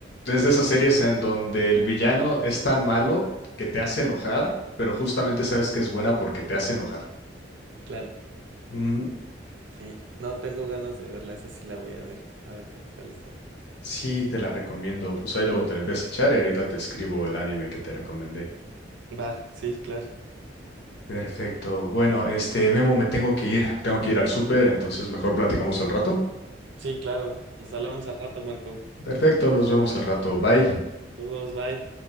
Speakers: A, on the left; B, on the right.
A: es de esas series en donde el villano es tan malo que te hace enojar, pero justamente sabes que es buena porque te hace enojar.
B: Claro,
A: Mm,
B: sí. No tengo ganas de verla, esa sí la voy a ver, a ver qué tal está.
A: sí, te la recomiendo. Pues ahí luego te la empiezas a echar y ahorita te escribo el anime que te recomendé.
B: Va, sí, claro.
A: Perfecto. Bueno, este, Memo, me tengo que ir. Tengo que ir al súper, entonces mejor platicamos al rato.
B: Sí, claro. Nos hablamos al rato, Marco.
A: Perfecto, nos vemos al rato. Bye.
B: Saludos, bye.